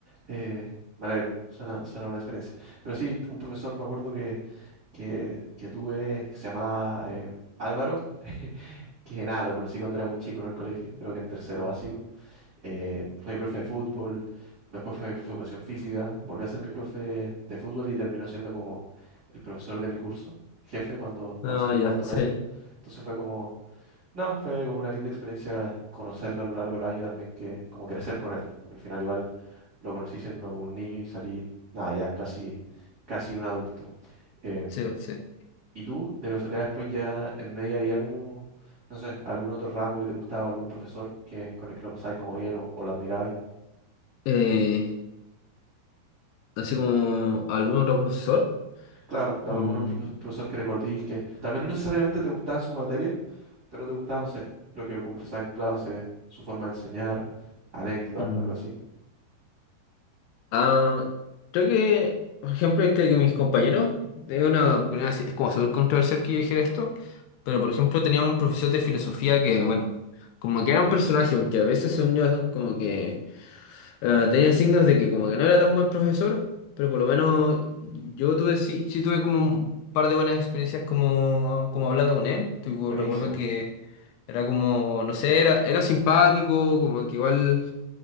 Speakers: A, on the right; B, on the left.
A: Eh, me alegro, suena, suena una experiencia. Pero sí, un profesor me acuerdo que, que, que tuve, que se llamaba eh, Álvaro. que nada, lo conocí cuando era muy chico, ¿no? El colegio, creo que en tercero básico. Eh, fue mi profe de fútbol, después fue mi profe de educación física, volví a ser mi profe de fútbol y terminó siendo como el profesor de mi curso, jefe cuando, cuando
B: No,
A: salí
B: ya,
A: de cuarto
B: sí,
A: medio. Entonces fue como, nada, fue como una linda experiencia conocerlo a lo largo del año y también que como crecer con él, porque al final igual lo conocí siendo como un niño y salí, nada, ya casi, casi un adulto. Em,
B: sí, sí.
A: ¿Y tú, de casualidad, después ya en media había como, no sé, algún otro ramo que te gustaba, algún profesor que, con el que lo pasabais como bien o, o lo admirabais?
B: Eh, así como algún otro profesor.
A: Claro, claro,
B: Mm,
A: algún profe- profesor que recordís que tal vez no necesariamente te gustaba su materia, pero te gustaba, no sé, lo que conversaba en clase, su forma de enseñar, anécdotas,
B: mm.
A: algo así.
B: Ah, creo que, por ejemplo, creo que mis compañeros, de una opinión así, es como súper controversial que yo dijera esto, pero por ejemplo teníamos un profesor de filosofía que, bueno, como que era un personaje, porque a veces son yo como que Eh, tenía signos de que como que no era tan buen profesor, pero por lo menos yo tuve, sí, sí tuve como un par de buenas experiencias como, como hablando con él. Tipo,
A: Buenísimo.
B: recuerdo que era como, no sé, era, era simpático, como que igual